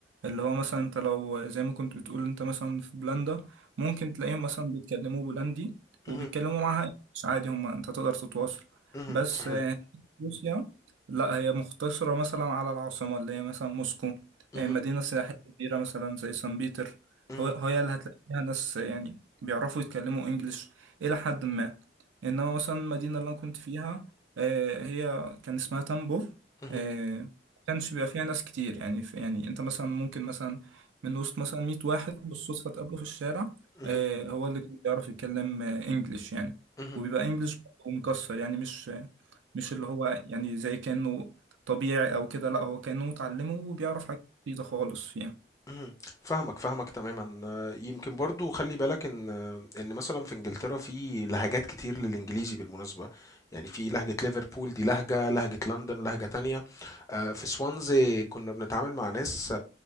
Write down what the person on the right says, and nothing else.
اللي هو مثلا أنت لو زي ما كنت بتقول أنت مثلا في بولندا ممكن تلاقيهم مثلا بيتكلموا بولندي وبيتكلموا
معاها إنجليش عادي هما أنت تقدر تتواصل
بس
روسيا لا هي مختصرة مثلا على العاصمة اللي هي مثلا موسكو
آه، مدينة سياحية كبيرة مثلا زي سان بيتر
هو هي اللي هتلاقي فيها ناس يعني بيعرفوا يتكلموا انجليش إلى حد ما إنما مثلا المدينة اللي أنا كنت فيها آه، هي كان اسمها تامبوف
آه، ما كانش بيبقى فيها ناس كتير يعني في يعني أنت مثلا ممكن مثلا من وسط مثلا 100 واحد بالصدفة تقابله في الشارع
آه، هو اللي كان بيعرف يتكلم آه، انجليش يعني
وبيبقى انجليش مكسر يعني مش مش اللي هو يعني زي كأنه طبيعي أو كده لأ هو كأنه متعلمه وبيعرف حاجات جديدة خالص فيها